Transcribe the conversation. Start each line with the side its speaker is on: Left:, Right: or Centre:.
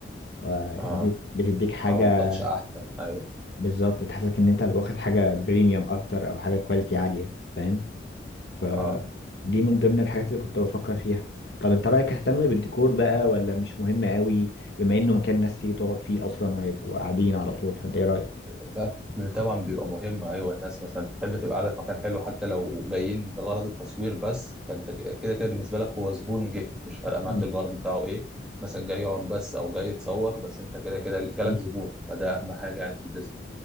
Left: ودي
Centre: اه
Left: بتديك حاجة
Centre: طبعا تاتش احسن ايوه
Left: بالظبط بتحسسك إن أنت واخد حاجة بريميوم أكتر أو حاجة كواليتي عالية فاهم فدي
Centre: اه
Left: من ضمن الحاجات اللي كنت بفكر فيها طب انت رأيك اهتم بالديكور بقى ولا مش مهم قوي بما انه مكان ناس تيجي تقعد فيه اصلا ويبقوا قاعدين على طول فانت ايه رأيك
Centre: لا طبعا بيبقى مهم ايوه الناس مثلا بتحب تبقى قاعده في مكان حلو حتى لو جايين لغرض التصوير بس فانت ك- كده كده بالنسبه لك هو زبون جه مش فارقه معاك
Left: مم.
Centre: الغرض بتاعه ايه مثلا جاي يقعد بس او جاي يتصور بس انت كده كده جالك
Left: مم.
Centre: زبون فده اهم حاجه يعني في البيزنس